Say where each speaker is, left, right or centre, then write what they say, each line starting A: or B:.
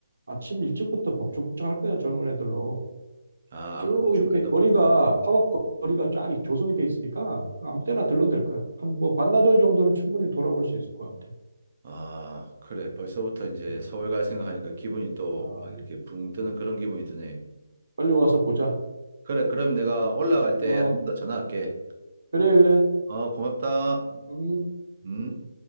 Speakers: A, on the right; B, on the right.
A: 아침 일찍부터 복작복작 할 거야 젊은 애들로
B: 아,
A: 쭉
B: 아무래도 주말이다
A: 이렇게 거리가
B: 보니까.
A: 팝업 거- 거리가 쫙 조성이 돼 있으니까 아무 때나 들러도 될 거야. 한 뭐 반나절 정도는 충분히 돌아볼 수 있을 것 같아.
B: 아, 그래. 벌써부터 이제
A: 음.
B: 서울 갈 생각하니까 기분이 또
A: 아,
B: 막 이렇게 붕 뜨는 그런 기분이 드네.
A: 빨리 와서 보자.
B: 그래, 그럼 내가 올라갈 때
A: 어,
B: 한 번 더 전화할게.
A: 그래 그래.
B: 어, 고맙다.
A: 음.
B: 음.